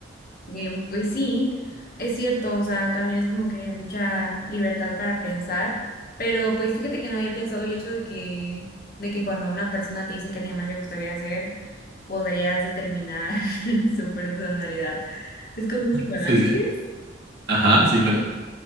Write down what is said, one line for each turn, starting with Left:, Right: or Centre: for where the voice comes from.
Left: Em, pues sí, es cierto, o sea, también es como que mucha libertad para pensar, pero pues fíjate que no había pensado el hecho de que, de que cuando una persona te dice qué animal le gustaría hacer, podrías determinar <laughs> su personalidad. Es como un psicoanálisis.
Right: Sí, sí. Ajá, sí, claro.